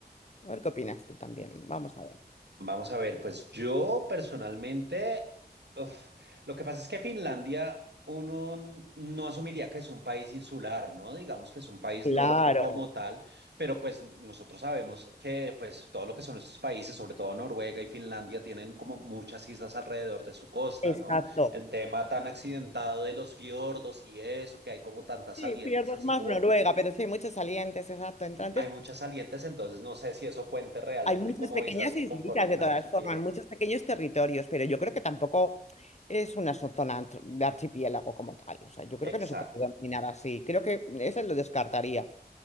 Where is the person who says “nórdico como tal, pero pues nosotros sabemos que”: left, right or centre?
Right